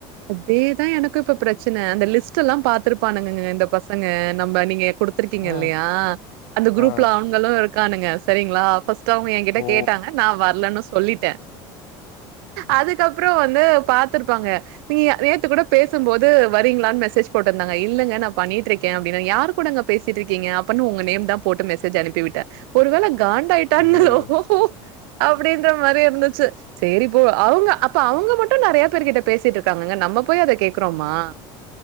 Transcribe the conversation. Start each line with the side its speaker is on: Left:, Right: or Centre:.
Right: அதேதா எனக்கும் இப்ப பிரச்சன அந்த லிஸ்ட் எல்லாம் பாத்துருப்பானுங்கங்க இந்த பசங்க நம்ம நீங்க குடு த்திருக்கீங்க
Left: ஆ,
Right: இல்லையா அந்த குரூப்ல
Left: ஆ,
Right: அவங்களும் இருக்கானுங்க சரிங்களா அப்ப ஃபஸ்ட் ஏங்கிட்ட
Left: ஓ!
Right: கேட்டாங்க நா வரலன்னு சொல்லிட்டே
Left: அ
Right: அது க்கப்றோ வந்து பாத்துருப்பாங்க நீங்க நேத்து கூட பேசும்போது வரீங்களான்னு மெசேஜ் போட்டுருந்தாங்க இல்லங்க நா பண்ணிட்டு இருக்கே அப்டின்னே யாரு கூடங்க பேசிட்டு இருக்கீங்க அப்பனு உங்க நேம் தா போட்டு மெசேஜ் அனுப்பி விட்டே ஒரு வேல காண்டாயிட்டான்களோ
Left: ஐயய்யோ!
Right: அப்டின்ற மாரி இருந்துச்சு சரிப்போ அவங்க அப்ப அவங்க மட்டும் நறைய பேரு கிட்ட பேசிட்டு இருக்காங்கங்க நம்ம போய் அத கேக்குறோமா